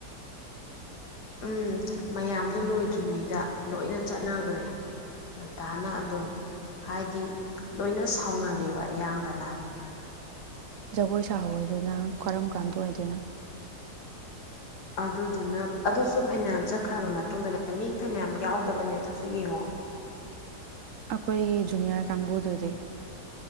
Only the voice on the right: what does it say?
ꯖꯒꯣꯏ ꯁꯥꯍꯧꯔꯤꯗꯨꯅ ꯀꯔꯝ ꯀꯥꯟꯗ ꯑꯣꯏꯗꯣꯏꯅꯣ
ꯑꯩꯈꯣꯏꯒꯤ ꯖꯨꯅꯤꯌꯔ ꯀꯥꯡꯕꯨꯗꯨꯗꯤ